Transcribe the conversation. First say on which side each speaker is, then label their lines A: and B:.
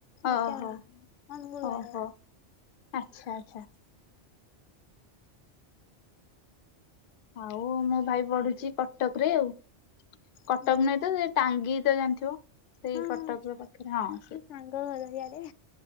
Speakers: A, on the left (about 55°); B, on the left (about 85°).
A: ଓହୋ
B: ଅଜା ଅନୁଗୁଲୁ
A: ଓହୋ
B: ଆଡେ।
A: ଆଚ୍ଛା ଆଚ୍ଛା। ଆଉ ମୋ ଭାଇ ପଢୁଛି କଟକ ରେ ଆଉ କଟକ
B: ହୁଁ
A: ନୁହେଁତ ସେ ଟାଙ୍ଗି ତ ଜାଣିଥିବ। ସେଇ
B: ହଁ
A: କଟକର
B: ହଁ ମୋ
A: ପାଖରେ ହଁ
B: ଶାଙ୍ଗ ଘର ସିଆଡେ।